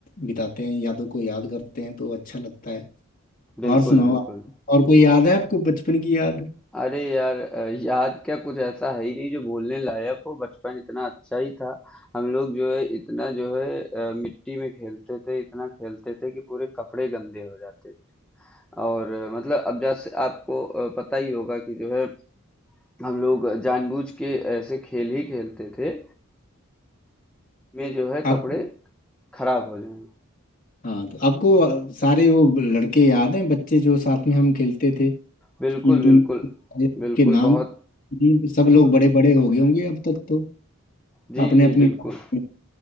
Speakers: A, on the left; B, in the centre.
A: बिताते हैं यादों को याद करते हैं तो अच्छा लगता है और
B: बिल्कुल,
A: सुनाओ
B: बिल्कुल।
A: और कोई याद है आपको बचपन की याद
B: अरे यार अ, याद क्या कुछ ऐसा है ही नहीं जो भूलने लायक हो बचपन इतना अच्छा ही था हम लोग जो है इतना जो है अ, मिट्टी में खेलते थे इतना खेलते थे कि पूरे कपड़े गंदे हो जाते थे और अ, मतलब अब जैसे आपको अ, पता ही होगा कि जो है हम लोग जानबूझ के ऐसे खेल ही खेलते थे में जो है
A: आपको
B: कपड़े खराब हो जाए
A: हाँ तो आपको अ, सारे वो लड़के याद हैं बच्चे जो साथ में हम खेलते थे टीम
B: बिल्कुल
A: टीम
B: बिल्कुल
A: में सबके
B: बिल्कुल
A: नाम
B: बहुत
A: ये सब लोग बड़े बड़े हो गए होंगे अब तक तो
B: जी
A: अपने
B: जी
A: अपनी
B: बिल्कुल
A: लाइफ में